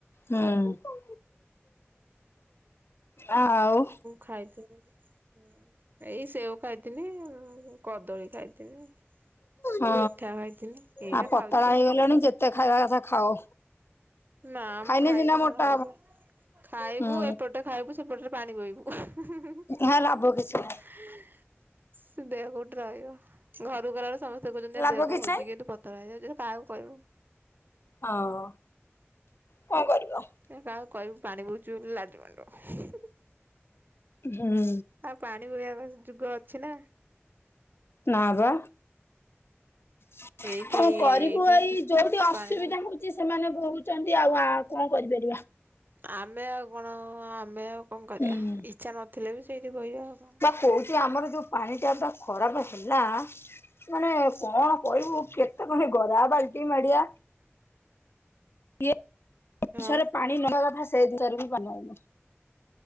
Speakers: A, on the left; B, on the right.
A: ହୁଁ। ଆ ଆଉ।
B: ଖାଇଥିନି। ହୁଁ ଏଇ ସେଓ ଖାଇଥିନି କଦଳୀ ଖାଇଥିନି।
A: ହଁ
B: ମିଠା ଖାଇଥିନି ଏଇରା
A: ଆଉ ପତଳା
B: ଖାଉଛି
A: ହେଇଗଲଣି
B: ଆଉ
A: ଯେତେ ଖାଇବା କଥା ଖାଅ।
B: ନା
A: ଖାଇଲେ
B: ମ ଖାଇନେ
A: ସିନା ମୋଟା
B: କଣ ହବ? ଖାଇବୁ
A: ହୁଁ
B: ଏପଟେ ଖାଇବୁ ସେପଟରେ ପାଣି ବୋହିବୁ।
A: ହେ ଲାଭ କିଛି
B: <inaudible>
A: ନାହିଁ।
B: ସେ ଦେହ କୋଉଟ ରହିବ ଘରକୁ ଗଲା ବେଳକୁ ସମ ମସ୍ତେ କହୁଚନ୍ତି
A: ଲାଭ
B: ଆ ଦେହ
A: କିଛି
B: କଣ ହୋଉଚି
A: ନାହିଁ।
B: କି ତୁ ପତଳା ହେଇଯାଉଚୁ କାହାକୁ କହିବୁ।
A: ହଁଓ। କଣ କରିବ?
B: ଏ କାହାକୁ କହିବୁ ପାଣି ବୋହୁଚୁ ବୋଲି ଲାଜ ମାଡ଼ିବ। <inaudible>
A: ହୁଁ।
B: ଆଉ ପାଣି ବୋହିବା ବ ଯୁଗ ଅଛି ନା?
A: ନା ବା। <inaudible>
B: ଏଇଠି
A: କଣ କରିବୁ
B: ଏଇଠି
A: ଏଇ ଯୋଉଠି ଅସୁବିଧା
B: ପାଣି
A: ହୋଉ ଚି ସେମାନେ ବୋହୁଛନ୍ତି ଆଉ ଆ କଣ କରିପାରିବା?
B: ଆମେ ଆଉ କଣ ଆମେ ଆଉ କଣ କରିବା
A: ହୁଁ।
B: ଇଚ୍ଛା ନଥିଲେ ବି ସେଇଠି ବୋହିବା ଆଉ କଣ କରିବା।
A: କୋଉଚି ଆମର ଯୋଉ ପାଣି ଟ୍ୟାପଟା ଖରାପ ହେଲା ମାନେ କଣ କହିବୁ କେତେ ଖଣେ ଗରା ବାଲ୍ଟି ମାଡିଆ ଇଏ <unintelligible>
B: ଆଉ
A: ପାଣି ନ ନବା କଥା ସେଇ ଜିନିଷରେ ବି <unintelligible>